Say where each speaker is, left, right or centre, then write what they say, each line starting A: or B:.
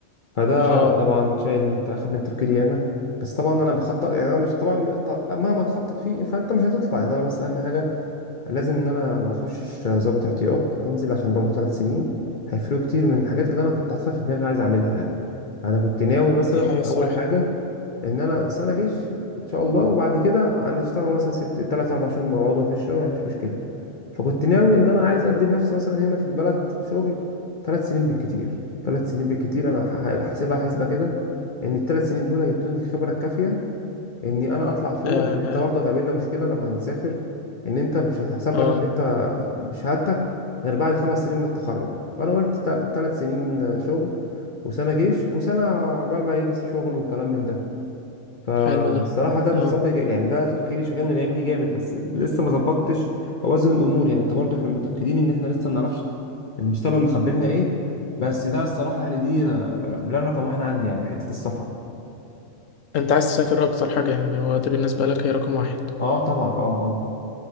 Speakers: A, on the left (about 45°); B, on the left (about 75°).
A: فده
B: اه
A: طبعا شايل من اخد من تفكيري ياما بس طبعا انا بخطط يعني انا مش طبعا ط- مهما تخطط فيه فانت مش هتطلع يعني انا بس اهم حاجه لازم ان انا ما اخشش ضابط احتياط انزل عشان برضه ثلاث سنين هيفرقوا كتير من الحاجات اللي انا كنت حاططها في دماغي عايز اعملها يعني انا كنت ناوي مثلا
B: دي حقيقة الصراحة
A: اول حاجه ان انا سنه جيش ان شاء الله وبعد كده هنشتغل مثلا ست تلات اربع شهور نقعد مفيش شغل مفيش مشكله فكنت ناوي ان انا عايز ادي لنفسي مثلا هنا في البلد شغل ثلاث سنين بالكتير ثلاث سنين بالكتير انا ح- حاسبها حسبه كده ان الثلاث سنين دول هيدوني الخبره الكافيه اني انا اطلع فوق
B: اه
A: لان انت برضه هتقابلنا مشكله لما نسافر ان انت مش هتحسب
B: اه
A: لك ان انت بشهادتك غير بعد خمس سنين من التخرج فانا قلت ثلاث سنين شغل وسنه جيش وسنه عقبال ما يجي شغل وكلام من ده فالصراحة
B: حلو ده
A: ده بتصب
B: اه
A: يعني ده تفكيري شغلني الأيام دي جامد بس لسه ما ظبطتش أوازن الأمور يعني أنت برضو إحنا متأكدين إن إحنا لسه ما نعرفش المستقبل مخبلنا إيه بس ده الصراحة يعني دي بلان رقم واحد عندي يعني حتة السفر
B: انت عايز تسافر اكتر حاجة يعني هو ده بالنسبة لك هي رقم واحد
A: أه طبعا أه أه